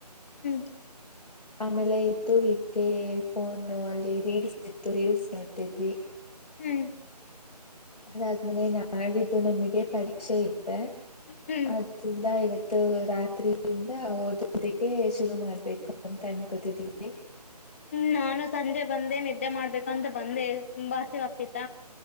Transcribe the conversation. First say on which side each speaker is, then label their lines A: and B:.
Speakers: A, on the left; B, on the left.
A: ಹ್ಮ್
B: ಆಮೇಲೆ ಇತ್ತು ಹೀಗೆ ಫೋನ್ ಅಲ್ಲಿ ರೀಲ್ಸ್ ಇತ್ತು ರೀಲ್ಸ್ ನಟ್ಟಿದವಿ
A: ಹ್ಮ್
B: ಅದಾದ್ಮೇನೆ ನಾಡಿದ್ದು ನಮಗೆ ಪರೀಕ್ಷೆ ಇ್ದೆ
A: ಹ್ಮ್
B: ಆದ್ರಿಂದ
A: ಹ್ಮ್
B: ಇವತ್ತು ಮತ್ತ ರಾತ್ರಿಯಿಂದ ಓದೋದಕ್ಕೆ ಶುರು ಮಾಡ್ಬೇಕು ಅಂತ ಅನ್ಕೋತಿದೀವಿ
A: ಹ್ಮ್ ನಾನು ಸಂಜೆ ಬಂದೆ ನಿದ್ದೆ ಮಾಡ್ಬೇಕಂತ ಬಂದೆಂಬಾಸೇವಾಗಗ್ತಿತ್ತ